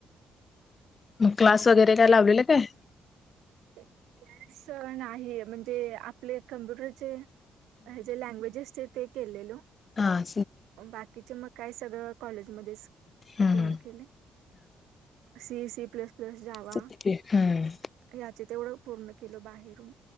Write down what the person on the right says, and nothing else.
क्लास नाही म्हणजे आपले कम्प्युटरचे जे लँग्वेजेस ते ते केलेलो
बाकीचे मग काय सगळं कॉलेजमध्येध्येच
पूर्ण केले C C plus plus Java
याचे तेवढं पूर्ण केल बाहेरून